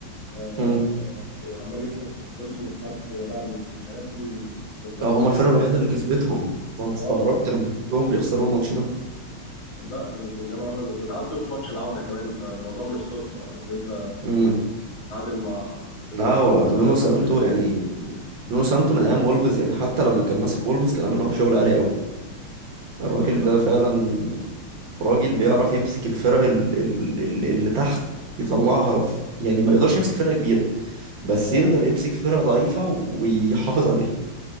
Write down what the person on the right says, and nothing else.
امم
اه
هما الفرقة الوحيدة اللي كسبتهم انا استغربت
لما شفتهم بيخسروا الماتش ده
امم
لا هو
نونو
سانتو يعني نونو سانتو من ايام وولفز يعني حتى لما كان ماسك وولفز كان عامل معاهم شغل عالي قوي
الراجل ده فعلا راجل بيعرف يمسك الفرق ال- ال- ال- اللي تحت يطلعها في- يعني ما يقدرش يمسك فرقة كبيرة بس
يقدر
يمسك فرقة ضعيفة ويحافظ عليها